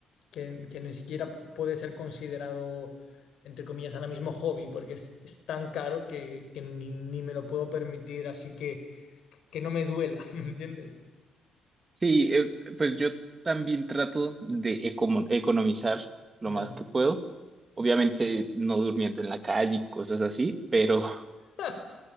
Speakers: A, on the left; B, on the right.
A: que, que ni siquiera pu- puede ser considerado, entre comillas, ahora mismo hobby, porque es, es tan caro que, que ni, ni me lo puedo permitir, así que que no me duela, <laughs> ¿me entiendes?
B: Sí, eh, pues yo también trato de ecomo- economizar lo
A: Ya.
B: más que puedo. Obviamente no durmiendo en la calle y cosas así, pero,
A: <laughs>